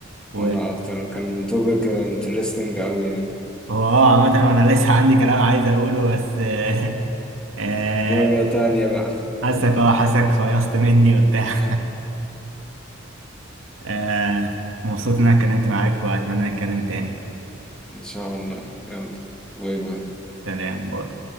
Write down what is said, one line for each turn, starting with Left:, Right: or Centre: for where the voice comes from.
Right: و
Centre: وانا اكتر كان توبك انترستنج قوي يعني
Right: هو اه عامة انا لسه عندي كلام عايز اقوله بس <laughs> آه،
Centre: مره تانية بقى
Right: حاسك اه حاسك فيصت مني وبتاع
Centre: <laughs>
Right: آه مبسوط ان انا اتكلمت معاك واتمنى نتكلم تاني
Centre: ان شاء الله يلا باي باي
Right: سلام باي